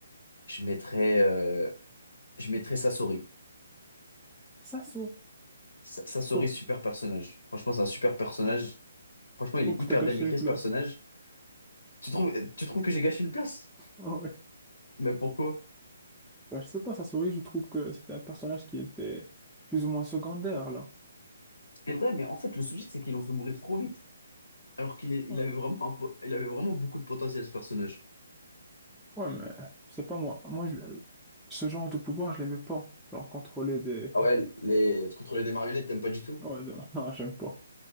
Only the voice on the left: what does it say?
je mettrais, euh, je mettrais Sasori.
Sa- Sasori,
super personnage. Franchement, c'est un super personnage. Franchement,
il
est
hyper
bien écrit,
ce personnage. Tu trouves, tu trouves que j'ai gâché une place?
Mais pourquoi?
C'est vrai, mais en fait, le souci, c'est qu'ils l'ont fait mourir trop vite. Alors qu'il est- il
avait vraiment, un po- il avait vraiment beaucoup de potentiel, ce personnage.
Ah ouais, les... contrôler des marionnettes, t'aimes pas du tout?